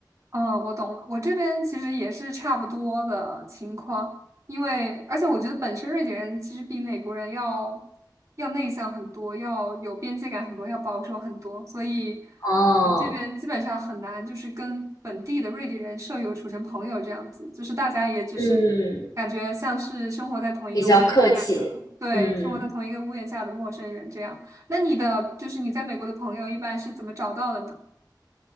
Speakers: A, on the right; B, on the left.
A: 嗯，我懂了。我这边其实也是差不多的情况，因为而且我觉得本身瑞典人其实比美国人要要内向很多，要有边界感很多，要保守很多，所以
B: 哦，
A: 呃这边基本上很难就是跟本地的瑞典人舍友处成朋友这样子，就是大家也只是
B: 嗯
A: 感觉像是生活在同一个屋檐下的，
B: 比较客气。
A: 对，
B: 嗯，
A: 生活在同一个屋檐下的陌生人这样。那你的就是你在美国的朋友一般是怎么找到的呢？